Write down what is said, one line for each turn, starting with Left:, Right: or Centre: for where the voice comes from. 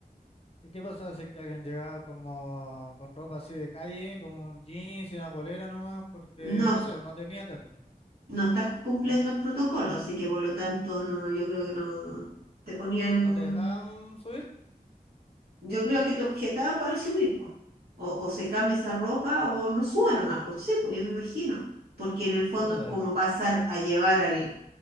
Left: ¿Y qué pasaba si es que alguien llegaba como con ropa así de calle, como un jeans y una polera nomás? Porque,
Right: No,
Left: no sé, no tenía terno.
Right: no estás cumpliendo
Left: ¿No,
Right: el protocolo, así que por lo tanto no, yo creo que no te ponían
Left: no te dejaban subir?
Right: yo creo que te objetaba para subir, pues. O, o se cambia esa ropa o no sube nomás, pues sí, pues yo me imagino. Porque en el fondo
Left: Chuta.
Right: es como pasar a llevar al,